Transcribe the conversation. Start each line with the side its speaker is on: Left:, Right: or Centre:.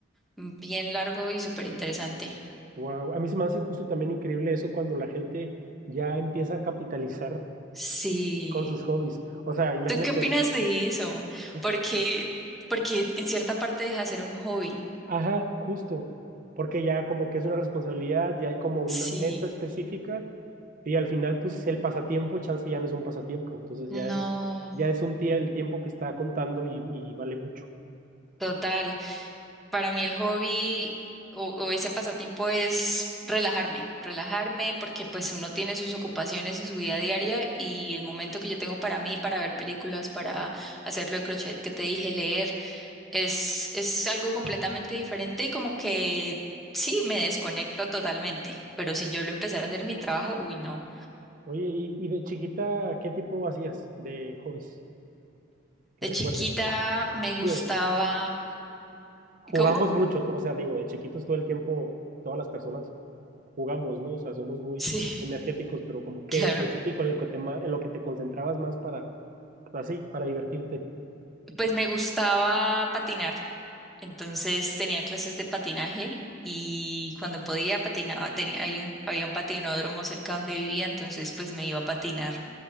Centre: bien largo y súper interesante.
Right: Wow, a mí se me hace justo también increíble eso cuando la gente ya empieza a capitalizar
Centre: Sí.
Right: con sus hobbies. O sea, imagínate,
Centre: ¿Tú qué opinas de eso?
Right: pues,
Centre: Porque, porque en cierta parte deja de ser un hobby.
Right: ajá, justo, porque ya como que es una responsabilidad, ya hay como una
Centre: Sí,
Right: meta específica y al final pues el pasatiempo, chance ya no es un pasatiempo, entonces
Centre: no,
Right: ya es, ya es un día el tiempo que está contando y, y vale mucho.
Centre: total. Para mí el hobby o, o ese pasatiempo es relajarme, relajarme porque pues uno tiene sus ocupaciones en su vida diaria y el momento que yo tengo para mí, para ver películas, para hacerlo de crochet que te dije, leer, es, es algo completamente diferente y como que sí, me desconecto totalmente. Pero si yo lo empezara a hacer mi trabajo, uy, no.
Right: Oye, y, y de chiquita, ¿qué tipo hacías de hobbies que
Centre: De
Right: recuerdes?
Centre: chiquita me gustaba...
Right: Digo, jugamos
Centre: ¿Cómo?
Right: mucho, o sea, digo, de chiquitos todo el tiempo, todas las personas jugamos, ¿no? O sea, somos muy
Centre: Sí,
Right: energéticos, pero como que
Centre: <laughs> claro.
Right: específico en el que te ma- en lo que te concentrabas más para así, para divertirte.
Centre: Pues me gustaba patinar. Entonces tenía clases de patinaje y cuando podía patinaba. Tenía, hay un- había un patinódromo cerca donde vivía, entonces pues me iba a patinar.